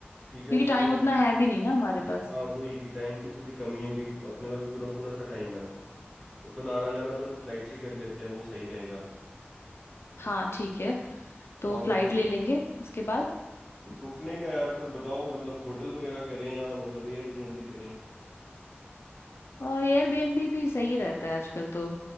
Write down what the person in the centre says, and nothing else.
ठीक है
टोटल
हाँ वही कि टाइम की थोड़ी कमी है कि अपने पास पूरा पूरा सा टाइम है तो अपन आना जाना तो फिर फ्लाइट से ही कर लेते हैं वो सही रहेगा
और
रुकने का यार फिर बताओ मतलब होटल वगैरह करें या मतलब एयरबीएनबी करें